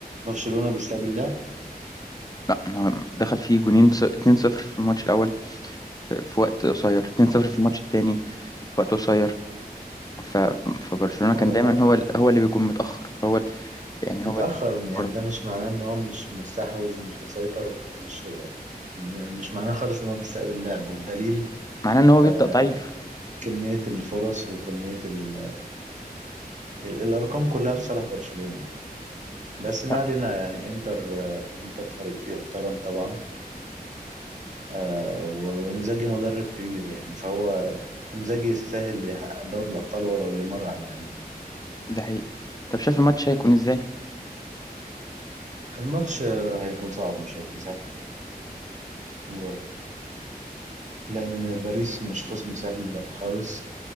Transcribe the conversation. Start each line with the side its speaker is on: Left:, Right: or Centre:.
Right: برشلونة بيستقبل اللاعب
Left: لا ما هو دخل فيه جونين ص- 2-0 في الماتش الأول آه، في وقت قصير 2-0 في الماتش التاني في وقت قصير ف... فبرشلونة كان
Right: آه،
Left: دايما هو ال... هو اللي بيكون متأخر هو ال... يعني
Right: متأخر
Left: هو اللي بيكون
Right: يعني
Left: ورا
Right: ده مش معناه ان هو مش مستحوذ مش مسيطر مش م- مش معناه خالص ان هو بيستقبل اللاعب والدليل
Left: معناه ان هو
Right: آه،
Left: بيبدأ ضعيف
Right: كمية الفرص وكمية ال... ال- الأرقام كلها في صالح برشلونة يعني بس ما
Left: أه،
Right: علينا يعني انتر آه، انتر فريق يحترم طبعا آه، و- وانزاجي مدرب كبير يعني فهو انزاجي يستاهل يحقق دوري الأبطال ولو لمرة على الأقل
Left: ده حقيقي طب شايف الماتش هيكون ازاي
Right: الماتش آه، هيكون صعب مش هيكون سهل و... لأن باريس مش خصم سهل خالص